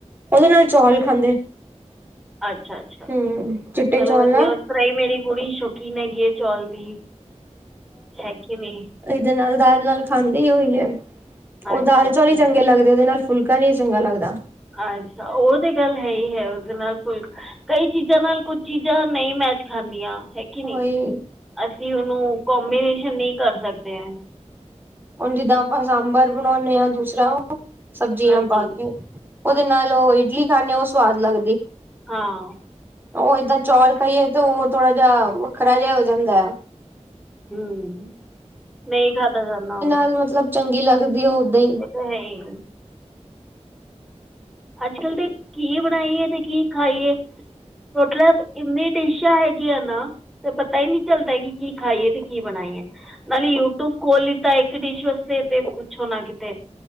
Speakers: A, on the right; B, in the centre.
A: ਉਹਦੇ ਨਾਲ ਚੌਲ ਖਾਂਦੇ।
B: ਅੱਛਾ ਅੱਛਾ
A: ਹੂੰ ਚਿੱਟੇ
B: ਚਲੋ
A: ਚੌਲ
B: ਵਧੀਆ
A: ਨਾਲ
B: ਉਸ ਤਰ੍ਹਾਂ ਹੀ ਮੇਰੀ ਕੁੜੀ ਸ਼ੌਕੀਨ ਹੈਗੀ ਹੈ ਚੌਲ ਦੀ। ਹੈ ਕਿ ਨਹੀਂ
A: ਇਹਦੇ ਨਾਲ ਦਾਲ ਨਾਲ ਖਾਂਦੀ ਹੀ ਹੋਈ ਹੈ। ਉਹ
B: ਅੱਛਾ
A: ਦਾਲ ਚੌਲ
B: ਅੱਛਾ
A: ਹੀ ਚੰਗੇ ਲੱਗਦੇ ਉਹਦੇ ਨਾਲ ਫੁਲਕਾ ਨੀ ਚੰਗਾ ਲੱਗਦਾ।
B: ਅੱਛਾ ਉਹ ਤੇ ਗੱਲ ਹੈ ਹੀ ਹੈ ਉਸਦੇ ਨਾਲ ਭੁਲ ਕਈ ਚੀਜ਼ਾਂ ਨਾਲ ਕੁੱਝ ਚੀਜ਼ਾਂ ਨਹੀਂ ਮੈਂਚ ਖਾਂਨੀਆਂ। ਕਿ ਨਹੀਂ
A: ਉਹੀ
B: ਅਸੀਂ ਉਹਨੂੰ ਕੌਮੀਨਸ਼ੀਓਂ ਨਹੀਂ ਕਰ ਸਕਦੇ ਹੈ।
A: ਹੁਣ ਜਿੱਦਾਂ ਆਪਾਂ ਸਾਂਬਰ ਬਣਾਉਂਨੇ ਹਾਂ ਦੂਸਰਾ ਉਹ ਸਬਜ਼ੀਆਂ
B: ਹਾਂਜੀ
A: ਪਾ ਕੇ। ਉਹਦੇ ਨਾਲ ਉਹ ਇਡਲੀ ਖਾਂਦੇ ਉਹ ਸਵਾਦ ਲੱਗਦੀ।
B: ਹਾਂ।
A: ਉਹ ਏਦਾਂ ਚੌਲ ਖਾਈਏ ਤੇ ਉਹ ਥੋੜਾ ਜਿਹਾ ਵੱਖਰਾ ਜਿਹਾ ਹੋ ਜਾਂਦਾ ਹੈ।
B: ਹੁੰ ਨਹੀਂ ਖਾਧਾ ਜਾਂਦਾ।
A: ਮਤਲੱਬ ਚੰਗੀ ਲੱਗਦੀ ਉੱਦਾਂ ਹੀ।
B: ਇਹ ਤਾ ਹੈਏ। <unintelligible> ਅੱਜ ਕੱਲ ਤੇ ਕੀ ਬਣਾਈਏ ਤੇ ਕੀ ਖਾਈਏ ਮਤਲੱਬ ਇੰਨੀ। ਡਿਸ਼ਾਂ ਹੈਗੀਆਂ ਨਾ ਤੇ ਪਤਾ ਹੀ ਨਹੀਂ ਚੱਲਦਾ ਕਿ ਕੀ ਖਾਈਏ ਤੇ ਕੀ ਬਣਾਈਏ। ਨਾਲ ਯੋਊ ਟੂਬ ਕੋੋਲ ਤਾਂ ਇੱਕ ਡਿਸ਼ ਵਾਸਤੇ ਤੇ ਪੁੱਛੋਂ ਨਾ ਕਿਤੇ।